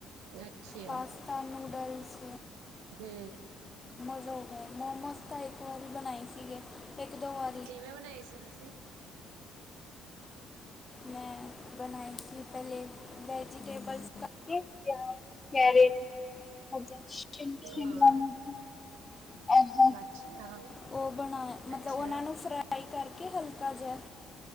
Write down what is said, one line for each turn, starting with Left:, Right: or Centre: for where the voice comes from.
Right: ਅੱਛਾ
Left: ਪਾਸਤਾ, ਨੂਡਲਸ।
Right: ਹੂੰ।
Left: <unintelligible> ਮੋਮੋਸ ਤਾਂ ਇੱਕ ਵਾਰੀ ਬਨਾਏ ਸੀਗੇ, ਏੱਕ-ਦੋ ਵਾਰ।
Right: ਕਿਵੇਂ ਬਨਾਏ ਸੀ ਤੂਸੀ?
Left: ਮੈਂ ਬਨਾਏ ਸੀ ਪੈਲੇ ਵੈਜੀੇਟੇਬਲਜ਼ ਪਾ ਕੇ, ਕੇਆ ਕੈਰਟ, ਅਚਾ ਸਿਮ ਸ਼ਿਮਲਾ
Right: ਹਾਂ
Left: ਮਿਰਚ ਐਂਦਾ,
Right: ਅੱਛਾ
Left: ਓ ਬਣਾਏਆਂ ਮਤਲਬ
Right: ਅੱਛਾ
Left: ਓਨਾਂ ਨੂੰ ਫਰਾ ਫਰਾਈ ਕਾਰਕੇ ਹਲਕਾ ਜੇਆ,